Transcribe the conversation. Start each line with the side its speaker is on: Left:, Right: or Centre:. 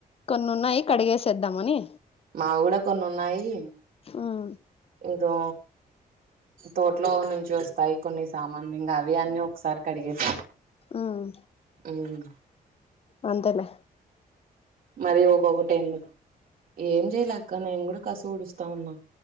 Left: కొన్నున్నాయి కడిగేసేద్దామని
Right: మావి గూడ కొన్ని ఉన్నాయి
Left: ఉమ్
Right: ఏదో తోటలో నుంచి వస్తాయి కొన్ని సామాన్లు ఇంగా అవి అన్ని ఒకసారి కడిగేదామని
Left: ఉమ్
Right: ఉమ్
Left: అంతెలే
Right: మరీ ఒకొకటి ఎందుకు ఏం జెయలే అక్క నేను గూడ కసు ఉడుస్తా ఉన్నా